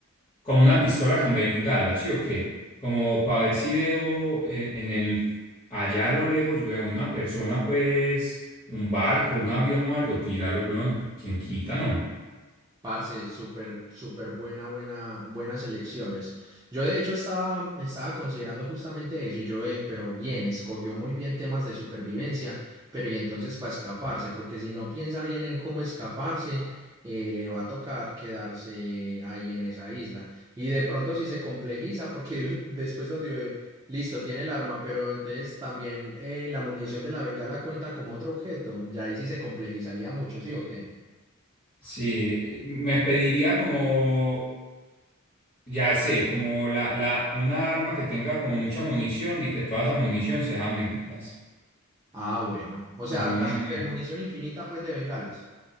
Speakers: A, on the left; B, on the right.
A: como una pistola con bengala, ¿sí o qué? Como para ver si veo eh, en el, allá a lo lejos, weón, una persona, pues, un barco, un avión o algo, tíralo, weón. ¿Quién quita, no?
B: Parce, súper, súper buena, buena, buenas elecciones. Yo de hecho estaba, estaba considerando justamente eso y yo, eh, pero bien, escogió muy bien temas de supervivencia, pero y entonces para escaparse, porque si no piensa bien en cómo escaparse, eh, le va a tocar quedarse ahí en esa isla. Y de pronto si se complejiza, porque <laughs> el- después donde, eh, listo, tiene el arma, pero entonces también eh, la munición de la bengala cuenta como otro objeto, ya ahí sí se complejizaría mucho, ¿sí o qué?
A: Sí, eh, me pediría como, ya sé, como la, la, una arma que tenga como mucha munición y que toda esa munición sea bengalas.
B: Ah, bueno. O sea,
A: Como una.
B: casi que munición infinita, pues, de bengalas.